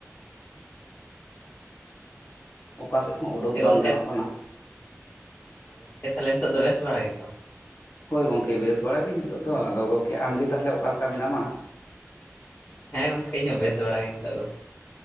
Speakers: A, on the left; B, on the left.
A: ᱚᱠᱟ ᱥᱮᱫ ᱦᱚᱸ, ᱳᱸᱰᱚᱜ
B: ᱥᱮ
A: ᱵᱟᱝ
B: ᱜᱚᱝᱠᱮ
A: ᱜᱟᱱᱚᱜ ᱠᱟᱱᱟ᱾
B: ᱜᱚᱝᱠᱮ, ᱛᱟᱦᱞᱮ ᱱᱤᱛᱚᱜ ᱫᱚ, ᱵᱮᱥ ᱵᱟᱲ ᱜᱮᱛᱚ ᱾
A: ᱦᱳᱭ ᱜᱚᱢᱠᱮ, ᱵᱮᱥ ᱵᱟᱲ ᱜᱮ ᱱᱤᱛᱚᱜ ᱫᱚ, ᱟᱫᱚ ᱜᱚᱝᱠᱮ, ᱟᱢ ᱜᱮ ᱛᱟᱦᱚᱞᱮ ᱚᱠᱟ ᱞᱮᱠᱟ ᱢᱮᱱᱟᱢᱼᱟ?
B: ᱦᱮᱸ ᱜᱚᱝᱠᱮ, ᱤᱧᱦᱚᱸ ᱵᱮᱥ ᱵᱟᱲᱟ ᱜᱮ ᱱᱤᱛᱚᱜ ᱫᱚ ᱾